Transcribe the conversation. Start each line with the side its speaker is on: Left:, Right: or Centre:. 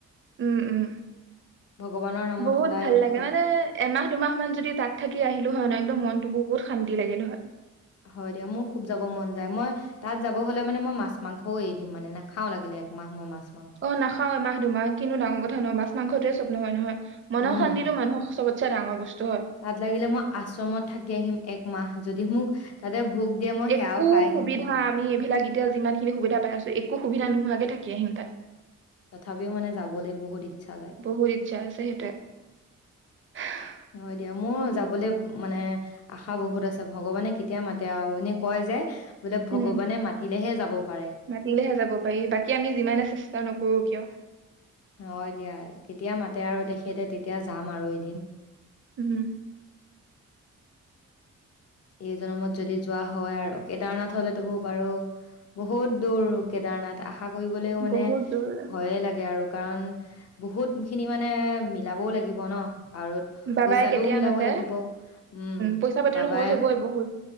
Right: উম উম
Left: ভগৱানৰ নামত
Right: বহুত
Left: সদায়
Right: ভাল
Left: উৎসৱ
Right: লাগে মানে এমাহ দুমাহ মান যদি তাক থাকি আহিলো হয় নহ একদম মনতটো বহুত শান্তি লাগিল হয়
Left: হয় দিয়া মোৰ খুব যাব মন যায় মই তাত যাব হলে মানে মই মাছ মাংসও এৰি দিম মানে নাখাও লাগিলে একমাহ মই মাছ মাংস
Right: অহ নাখাও এমাহ দুমাহ কিনো ডাঙৰ কথা নহয় মাছ মাংসটোৱে চব নহয় নহয় মনৰ
Left: উম
Right: শান্তিতো মানুহক চবত চে ডাঙৰ বস্তু হয়
Left: তাত লাগিলে মই আশ্ৰমত থাকি আহিম একমাহ যদি মোক তাতে ভোগ দিয়ে মই
Right: একো
Left: সেয়াও খাই আহিম
Right: সুবিধা
Left: ধুনীয়াকে
Right: আমি এইবিলাক এতিয়া যিমান খিনি সুবিধা পাই আছো একো সুবিধা নোহোৱাকে থাকিম থাকি আহিম তাক
Left: তথাপিও মানে যাবলৈ বহুত্ ইচ্ছা যায়
Right: বহুত ইচ্ছা আছে হেইটোৱে। হা হা
Left: হয় দিয়া মোৰ যাবলৈ মানে আশা বহুত আছে ভগৱানে কেতিয়া মাতে আৰু এনে কয় যে বোলে ভগৱানে
Right: উম
Left: মাতিলেহে যাব পাৰে
Right: মাতিলেহে যাব পাৰি বাকী আমি যিমানে চেষ্টা নকৰো নকৰো কিয়।
Left: হয় দিয়া কেতিয়া মাতে আৰু দেখি তেখেতে তেতিয়া যাম আৰু এদিন।
Right: উম
Left: এই জনমত যদি যোৱা হয় আৰু কেদাৰনাথ হ'লেতো বাৰু বহুত দূৰ কেদাৰনাথ আশা কৰিবলৈও মানে
Right: বহুত দূৰ
Left: ভয়ে লাগে আৰু কাৰণ বহুত খিনি মানে মিলাবও লাগিব ন পত
Right: বাবাই
Left: পইচাটোও
Right: কেতিয়া
Left: মিলাব
Right: মাতে
Left: লাগিব উম
Right: পইচা পাতিতো
Left: বাবাই
Right: খৰচ হ'বই বহুত